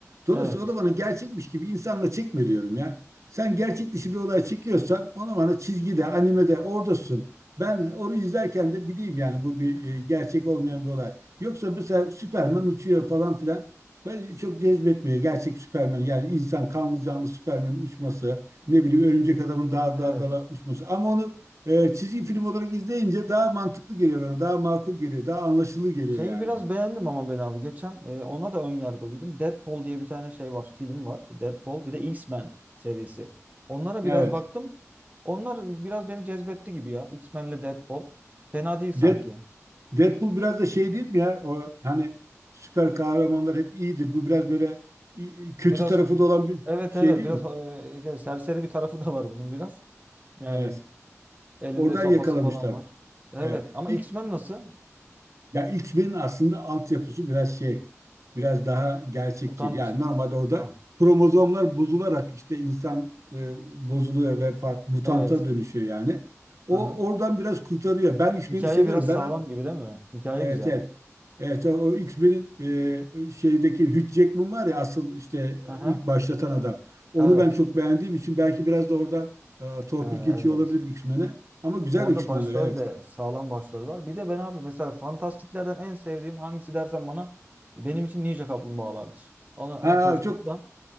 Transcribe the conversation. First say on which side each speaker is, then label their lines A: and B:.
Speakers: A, on the right (about 70°); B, on the right (about 30°).
A: Dolayısıyla
B: Evet.
A: o da bana gerçekmiş gibi insanla çekme diyorum ya. Sen gerçek dışı bir olay çekiyorsan ona bana çizgide, animede oradasın. Ben onu izlerken de bileyim yani bu bir e, gerçek olmayan bir olay. Yoksa mesela Süperman uçuyor falan filan. Ben çok cezbetmiyor gerçek Süperman. Yani insan kanlı canlı Süperman'in uçması, ne bileyim örümcek adamın dağ
B: Evet.
A: dağ dala uçması. Ama onu e, çizgi film olarak izleyince daha mantıklı geliyor bana. Daha makul geliyor. Daha anlaşılır geliyor
B: Şeyi
A: yani.
B: biraz beğendim ama ben abi geçen e, ona da ön yargılıydım. Deadpool diye bir tane şey var, film var. Deadpool bir de X-Men serisi. Onlara
A: Evet.
B: biraz baktım. Onlar biraz beni cezbetti gibi ya. X-Men'le Deadpool. Fena değil
A: Dead,
B: sanki.
A: Deadpool biraz da şey değil mi ya? O hani süper kahramanlar hep iyidir. Bu biraz böyle i- kötü
B: Biraz
A: tarafı da olan bir
B: evet
A: şey
B: evet
A: değil
B: biraz
A: mi?
B: e, yani serseri bir tarafı da var bunun biraz. Yani
A: Evet.
B: elinde
A: Oradan
B: sopası
A: yakalamışlar.
B: falan var. Evet
A: Evet.
B: ama
A: İlk,
B: X-Men nasıl?
A: ya X-Men'in aslında altyapısı biraz şey biraz daha gerçekçi.
B: Mutant.
A: Yani normalde orada
B: Ha.
A: kromozomlar bozularak işte insan e, bozuluyor ve farklı mutanta
B: Evet.
A: dönüşüyor yani. O
B: Aha.
A: oradan biraz kurtarıyor. Ben X-Men'i
B: Hikaye
A: seviyorum.
B: biraz
A: Ben
B: sağlam
A: am-
B: gibi değil mi? Hikaye
A: evet
B: güzel.
A: evet. Evet o o X-Men'in e, şeydeki Hugh Jackman var ya asıl işte
B: Aha.
A: ilk başlatan adam. Onu
B: Evet.
A: ben çok beğendiğim için belki biraz da oradan e, torpil
B: Ee,
A: geçiyor
B: evet.
A: olabilir X-Men'e. Ama güzel
B: Orada
A: X-Men'ler
B: başrol
A: evet.
B: de sağlam başrol var. Bir de ben abi mesela fantastiklerden en sevdiğim hangisi dersen bana benim için Ninja Kaplumbağalardır. Onu
A: Ha,
B: hem çocukluktan
A: çok